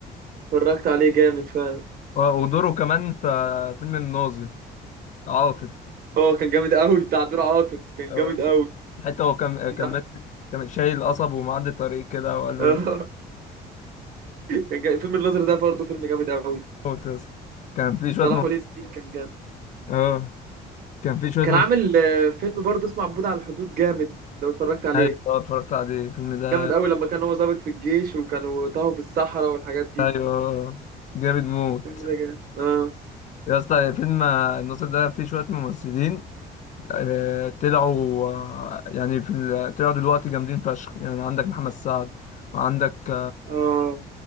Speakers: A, on the right (about 60°); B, on the left (about 45°).
A: اتفرجت عليه جامد فعلا
B: و- ودوره كمان في فيلم الناظر عاطف
A: اه كان جامد قوي بتاع دور عاطف كان
B: آه،
A: جامد قوي
B: حتى هو كان آه،
A: <laughs>
B: كان ماسك كان شايل قصب ومعدي طريق كده وقال له
A: اه
B: انت
A: كان جامد. فيلم الناظر ده برضه فيلم جامد قوي
B: موت يا اسطى كان في شوية
A: صلاح
B: ممثلين
A: ولي الدين كان جامد
B: اه كان في شوية
A: كان
B: ممثلين
A: عامل آه، فيلم برضه اسمه عبود على الحدود جامد لو اتفرجت عليه
B: ايوه آه، اتفرجت عليه الفيلم ده
A: جامد قوي لما كان هو ضابط في الجيش وكانوا تاهوا في الصحراء والحاجات دي
B: ايوه آه، جامد موت
A: الفيلم ده جامد اه
B: يا اسطى فيلم آه، الناظر ده فيه شوية ممثلين آه، طلعوا آه، يعني في ال- طلعوا دلوقتي جامدين فشخ يعني عندك محمد سعد وعندك
A: اه